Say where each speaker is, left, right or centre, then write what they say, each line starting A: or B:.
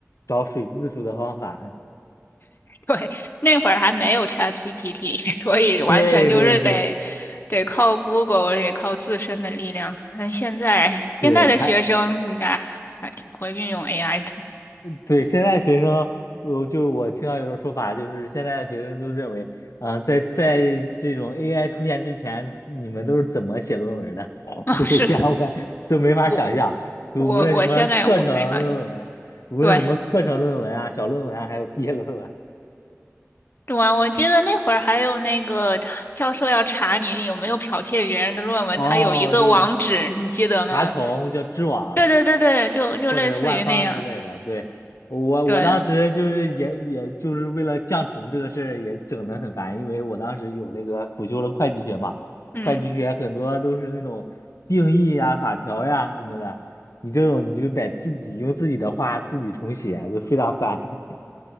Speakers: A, on the left; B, on the left.
A: 找水字数的方法，
B: 对，那会儿还没有 ChatGPT，<laughs> 所以完全就是得
A: <laughs> 对对对
B: 得靠 Google，得靠自身的力量。但现在现在的学生应该还挺会运用
A: 对，还。
B: AI 的。
A: 对，现在学生，我就是我听到有种说法，就是现在的学生都认为，啊、在在这种 AI 出现之前，你们都是怎么写论文的？<laughs>
B: <laughs> 哦，
A: 都会这样问，
B: 是
A: 都没法想象。
B: 我。
A: 就无论什么课程论文啊，
B: 我我现在我没发现。
A: 无论什么课程论文啊、
B: 对，
A: 小论文啊，还有毕业论文，
B: 对啊，我记得那会儿还有那个他教授要查你有没有剽窃别人的论文，
A: 哦，
B: 他有一个网址，
A: 就是
B: 你记得吗？
A: 查重叫知网，
B: 对对对对，就就类似于那样。
A: 或者万方之类的。对，我我当时就是也也就是为了降重这个事儿也整得很烦，
B: 对，
A: 因为我当时有那个辅修了会计学嘛，
B: 嗯。
A: 会计学很多都是那种定义呀、法条呀什么的，你这种你就得自己用自己的话自己重写，就非常烦。<laughs>